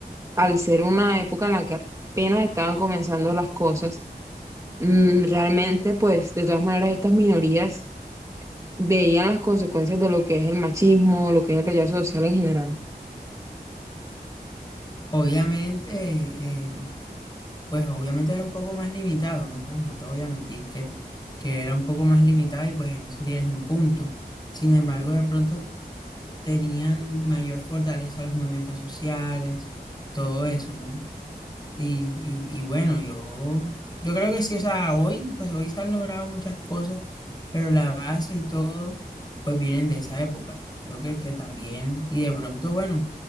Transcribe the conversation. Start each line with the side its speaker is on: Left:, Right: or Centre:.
Right: al ser una época en la que apenas estaban comenzando las cosas, mm, realmente pues de todas maneras estas minorías veían las consecuencias de lo que es el machismo, lo que es el rechazo social en general?
Left: Obviamente, eh, pues obviamente era un poco más limitado, ¿no? No te voy a mentir que, que era un poco más limitado y pues en eso tienes un punto. Sin embargo, de pronto tenían mayor fortaleza los movimientos sociales, todo eso, ¿no? Y, y, y bueno, yo, yo creo que sí, o sea, hoy, pues hoy se han logrado muchas cosas, pero la base y todo, pues vienen de esa época. Creo que, que también, y de pronto, bueno,